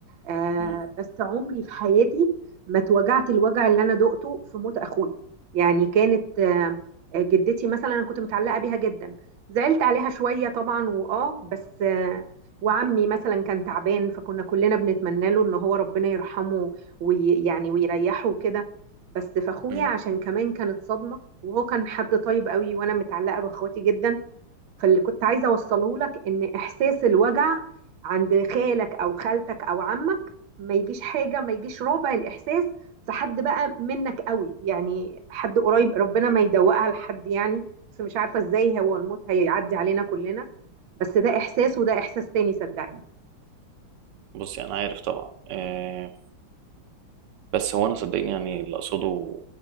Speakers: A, on the right; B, on the right.
A: آه
B: امم
A: بس عمري في حياتي ما اتوجعت الوجع اللي انا دقته في موت اخوي يعني كانت آه آه، جدتي مثلا انا كنت متعلقه بيها جدا زعلت عليها شويه طبعا واه بس آه وعمي مثلا كان تعبان فكنا كلنا بنتمنى له ان هو ربنا يرحمه ويعني ويريحه وكده بس فاخويا
B: امم
A: عشان كمان كانت صدمه وهو كان حد طيب قوي وانا متعلقه باخواتي جدا فاللي كنت عايزه اوصله لك ان احساس الوجع عند خالك او خالتك او عمك ما يجيش حاجه ما يجيش ربع الاحساس في حد بقى منك قوي يعني حد قريب ربنا ما يدوقها لحد يعني بس مش عارفه ازاي هو الموت هيعدي علينا كلنا بس ده احساس وده احساس تاني صدقني
B: بصي انا عارف طبعا إيه بس هو انا صدقني يعني اللي اقصده